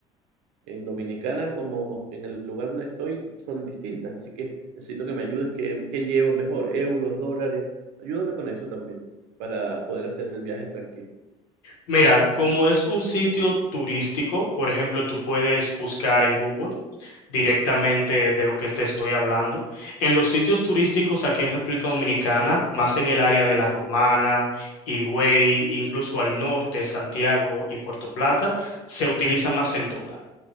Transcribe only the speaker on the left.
Mira, como es un sitio turístico, por ejemplo, tú puedes buscar en Google directamente de lo que te estoy hablando. En los sitios turísticos aquí en República Dominicana, más en el área de La Romana, Higüey, incluso al norte, Santiago y Puerto Plata, se utiliza más el dólar.